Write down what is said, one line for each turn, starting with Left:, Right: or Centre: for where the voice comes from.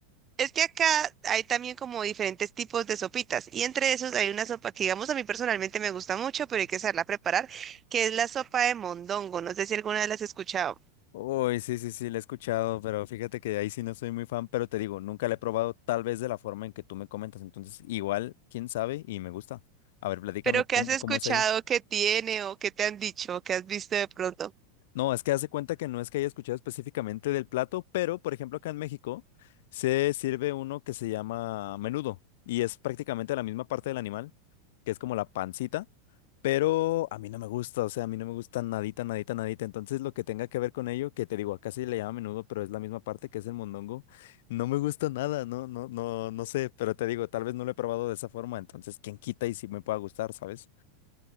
Right: Es que acá hay también como diferentes tipos de sopitas y entre esos hay una sopa que digamos a mí personalmente me gusta mucho, pero hay que saberla preparar, que es la sopa de mondongo. No sé si alguna vez la has escuchado,
Left: Uy, sí, sí, sí, la he escuchado, pero fíjate que ahí sí no soy muy fan, pero te digo, nunca la he probado tal vez de la forma en que tú me comentas, entonces igual, quién sabe, y me gusta. A ver, platícame
Right: pero
Left: cómo,
Right: ¿qué has escuchado
Left: cómo es ahí.
Right: que tiene o qué te han dicho o qué has visto de pronto?
Left: No, es que hace cuenta que no es que haya escuchado específicamente del plato, pero por ejemplo acá en México se sirve uno que se llama menudo y es prácticamente la misma parte del animal, que es como la pancita, pero a mí no me gusta, o sea, a mí no me gusta nadita, nadita, nadita, entonces lo que tenga que ver con ello, que te digo, acá sí le llama menudo, pero es la misma parte que es el mondongo, no me gusta nada, no, no, no, no sé, pero te digo, tal vez no lo he probado de esa forma, entonces quién quita y si me pueda gustar, ¿sabes?